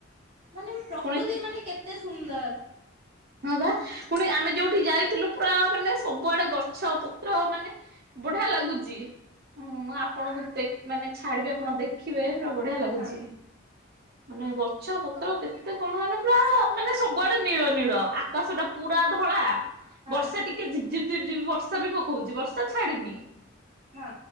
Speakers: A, on the right; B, on the right.
A: ମାନେ ପ୍ରକୃତି
B: ପୁଣି
A: ମାନେ କେତେ ସୁନ୍ଦର।
B: ହଁ ବା ପୁଣି ଆମେ ଯୋଉଠି ଯାଇଥିଲୁ ପୁରା ମାନେ ସବୁଆଡେ ଗଛ ପତ୍ର ମାନେ ବଢିଆ ଲାଗୁଛି ହଁ ମୁଁ ଆପଣଙ୍କୁ ଦେଖ ମାନେ ଛାଡିବି ଆପଣ ଦେଖ ଦେଖିବେ ପୁରା ବଢିଆ ଲାଗୁଛି
A: ହଁ
B: ମାନେ ଗଛ ପତ୍ର କେତେ କଣ ମାନେ ପୁରା ମାନେ ସବୁଆଡେ ନୀଳ ନୀଳ ଆକାଶ ଟା ପୁରା ଧଳା
A: ହଁ
B: ବର୍ଷା ଟିକ ଟିକେ ଝିପ୍ ଝିପ୍ ବର୍ଷା ବି ପକଉଛି ବର୍ଷା ଛାଡିନି।
A: ହଁ।